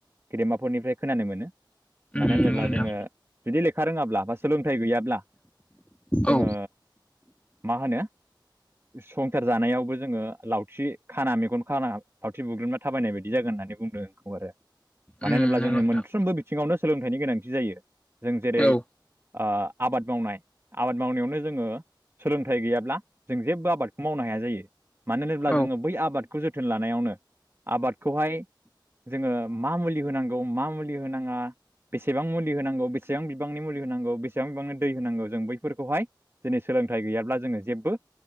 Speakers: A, on the right; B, on the left.
A: गेदेमाफोरनिफ्राय खोनानो मोनो।
B: उम
A: मानो
B: नंगौ
A: होनोब्ला
B: नोंथां
A: जोङो जुदि लेखा रोङाब्ला बा सोलोंथाइ गैयाब्ला जोङो
B: औ
A: मा होनो संसार जानायावबो जोङो लावथि खाना मेगन खाना लावथि बुग्रोमना थाबायनाय बायदि जागोन। होननानै बुंदों खौ आरो। मानो
B: उम
A: होनोब्ला
B: नंगौ
A: जोंनि
B: नोंथां
A: मोनफ्रोमबो बिथिङावनो सोलोंथाइनि गोनांथि जायो। जों जेरै
B: औ
A: ओ आबाद मावनाय आबाद मावनायावनो जोङो सोलोंथाइ गैयाब्ला जों जेबबो आबादखौ मावनो हाया जायो। मानो होनोब्ला
B: औ
A: जोङो बै आबादखौ जोथोन लानायावनो आबादखौहाय जोङो मा मुलि होनांगौ मा मुलि होनाङा बेसेबां मुलि होनांगौ, बेसेबां बिबांनि मुलि होनांगौ, बेसेबां बिबांनि दै होनांगौ जों बैफोरखौहाय दिनै सोलोंथाइ गैयाब्ला जोङो जेबबो